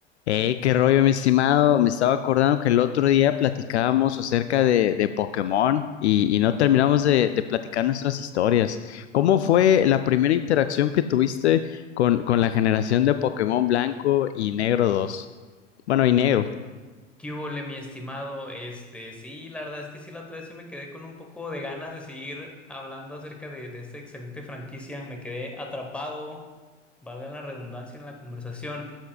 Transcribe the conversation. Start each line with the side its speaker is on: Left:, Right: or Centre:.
Left: Hey, qué rollo, mi estimado. Me estaba acordando que el otro día platicábamos acerca de, de Pokémon y, y no terminamos de, de platicar nuestras historias. ¿Cómo fue la primera interacción que tuviste con, con la generación de Pokémon Blanco y Negro dos? Bueno, y Negro.
Centre: ¿Qué hubole, mi estimado? Este, sí, la verdad es que sí, la otra vez sí me quedé con un poco de ganas de seguir hablando acerca de, de esta excelente franquicia. Me quedé atrapado, valga la redundancia en la conversación.